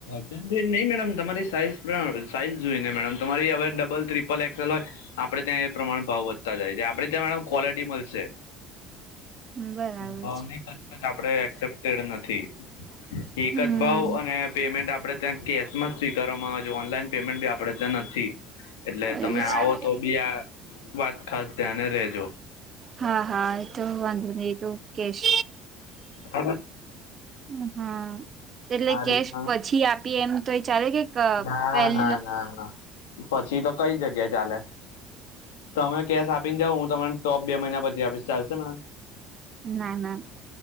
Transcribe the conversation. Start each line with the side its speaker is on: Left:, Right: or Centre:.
Left: વજન જો નહી મેડમ તમારી સાઈઝ પણ સાઈઝ જોઈ ને મેડમ તમારી હવે ડબલ ટ્રિપલ એક્સેલ હોય. આપડે ત્યાં એ પ્રમાણે ભાવ વધતા જાય છે આપડણે ત્યાં મેડમ ક્વોલિટી મળશે.
Right: <inaudible> બરાબર
Left: ભાવને
Right: છે
Left: કચ્ કાચ આપડે એક્સેપ્ટેડ નથી. એકજ
Right: હમ
Left: ભાવ અને પેમેન્ટ આપણે ત્યાં કેશમાં જ સ્વીકારવામાં આવે છે ઓનલાઈન પેમેન્ટ બી આપણે ત્યાં નથી. એટલે તમે
Right: એવું જ
Left: આવો તો બી આ વાત ખાસ ધ્યાને રેજો.
Right: હા હા એતો વાંધો નહી એ તો કેશ
Left: હા.
Right: હમ્મ હા એટલે કેશ
Left: રીતના
Right: પછી આપી એમ તો એ ચાલે કે ક
Left: ના
Right: પેલ
Left: ના ના ના પછી તો કઈ જગ્યા ચાલે. તમે કેશ આપીને જાઓ હું તમને ટોપ બે મહિના પછી આપીશ ચાલશે મેડમ.
Right: ના ના.